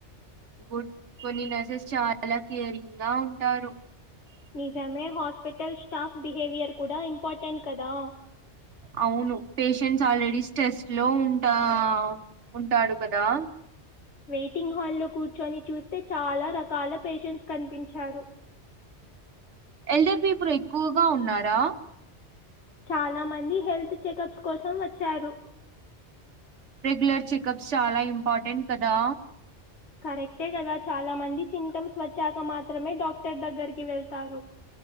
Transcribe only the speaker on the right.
గుడ్ కొన్ని నర్సెస్ చాలా కేరింగ్ గా ఉంటారు
అవును పేషెంట్స్ ఆల్రెడీ స్ట్రెస్ట్ లో ఉంటా ఉంటాడు కదా
ఎల్డర్ పీపుల్ ఎక్కువగా ఉన్నారా
రెగ్యులర్ చెకప్స్ చాలా ఇంపార్టెంట్ కదా